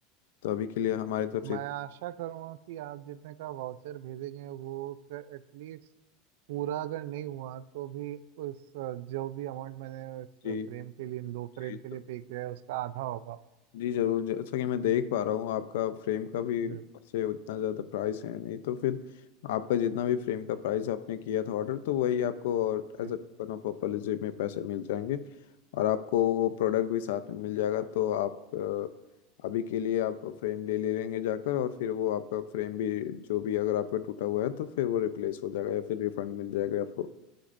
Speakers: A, on the left; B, on the right.
A: तो अभी के लिए हमारी तरफ से
B: मैं आशा करूँगा कि आप जितने का वाउचर भेजेंगे वो एटलीस्ट पूरा अगर नहीं हुआ तो भी उस अ, जो भी अमाउंट मैंने इस
A: जी
B: फ्रेम के लिए इन दो
A: जी
B: फ्रेम के लिए पे किया है उसका आधा होगा
A: जी जरूर जैसा कि मैं देख पा रहा हूँ आपका फ्रेम का भी
B: जी
A: से उतना ज़्यादा प्राइस है नहीं तो फिर आपका जितना भी फ्रेम का प्राइस आपने किया था ऑर्डर तो वही आपको और
B: जी
A: as a coupon of popularism में पैसे मिल जाएंगे और आपको वो प्रोडक्ट भी साथ में मिल जाएगा तो आप अ, अभी के लिए आप फ्रेम ले ले लेंगे जाकर और फिर वो आपका फ्रेम भी जो भी अगर आपका टूटा हुआ है तो फिर वो रिप्लेस हो जाएगा या फिर रिफंड मिल जाएगा आपको